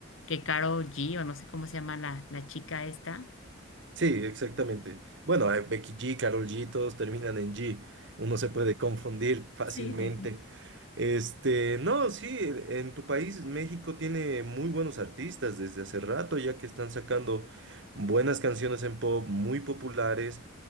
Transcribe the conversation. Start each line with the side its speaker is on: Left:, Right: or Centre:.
Left: que Karol G o no sé cómo se llama la, la chica esta.
Right: Sí, exactamente. Bueno, eh, Becky G, Karol G, todos terminan en G. Uno se puede confundir fácilmente.
Left: Sí, sí, sí.
Right: Este, no, sí, en en tu país, México tiene muy buenos artistas desde hace rato, ya que están sacando buenas canciones en pop muy populares